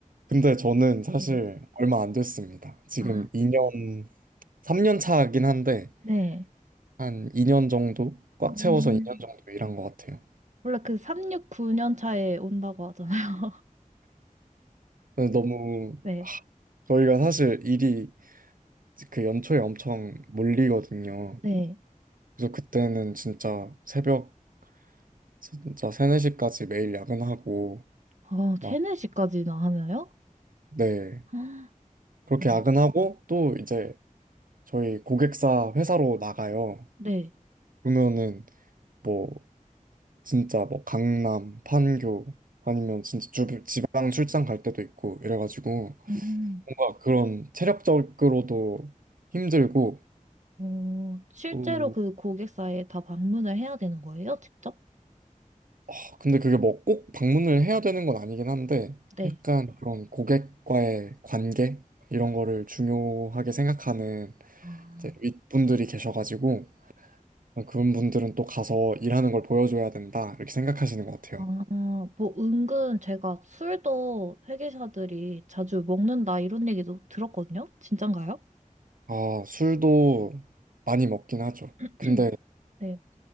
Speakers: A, on the right; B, on the right.
A: 근데 저는 사실
B: 네.
A: 얼마 안 됐습니다. 지금
B: 아,
A: 2년, 3년 차긴 한데,
B: 네.
A: 한 2년 정도? 꽉
B: 음.
A: 채워서 2년 정도 일한 것 같아요.
B: 원래 그 369년 차에 온다고 하잖아요.
A: 근데 너무,
B: <laughs> 네.
A: 아, 저희가 사실 일이 그 연초에 엄청 몰리거든요.
B: 네.
A: 그래서 그때는 진짜 새벽, 진짜 3, 4시까지 매일 야근하고,
B: 아,
A: 막,
B: 체내시까지나 하나요?
A: 네.
B: 아,
A: 그렇게
B: 어,
A: 야근하고, 또 이제 저희 고객사 회사로 나가요.
B: 네.
A: 그러면은, 뭐 진짜 뭐 강남, 판교 아니면 진짜 주, 지방 출장 갈 때도 있고 이래가지고
B: 음.
A: 뭔가 그런 체력적으로도 힘들고
B: 음. 어, 실제로
A: 또
B: 그 고객사에 다 방문을 해야 되는 거예요? 직접?
A: 어, 근데 그게 뭐 꼭 방문을 해야 되는 건 아니긴 한데
B: 네.
A: 약간 그런 고객과의 관계 이런 거를 중요하게 생각하는
B: 아,
A: 이제 윗분들이 계셔가지고 아, 그런 분들은 또 가서 일하는 걸 보여줘야 된다 이렇게 생각하시는 것 같아요.
B: 아, 뭐, 은근 제가 술도 회계사들이 자주 먹는다 이런 얘기도 들었거든요? 진짠가요?
A: 아 술도 많이 먹긴 하죠.
B: <clears throat>
A: 근데
B: 네.